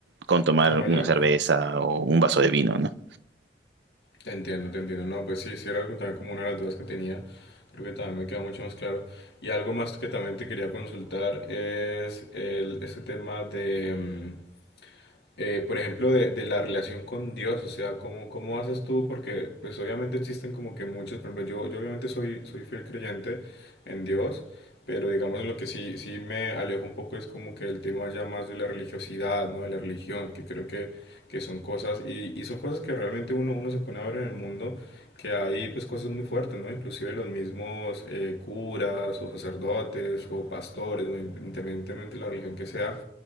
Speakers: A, on the right; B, on the left.
A: con tomar
B: Ah,
A: una
B: ya,
A: cerveza o un vaso de vino, ¿no?
B: te entiendo, te entiendo. No, pues sí, sí era también como una de las dudas que tenía. Creo que también me queda mucho más claro. Y algo más que también te quería consultar es el, ese tema de, mm, eh, por ejemplo, de, de la relación con Dios, o sea, ¿cómo, cómo haces tú? Porque pues obviamente existen como que muchos, por ejemplo, yo, yo obviamente soy, soy fiel creyente en Dios, pero digamos lo que sí, sí me alejo un poco es como que el tema ya más de la religiosidad, ¿no? De la religión, que creo que, que son cosas, y, y son cosas que realmente uno, uno se pone a ver en el mundo, que hay pues cosas muy fuertes, ¿no? Inclusive los mismos eh, curas o sacerdotes o pastores, o independientemente de la religión que sea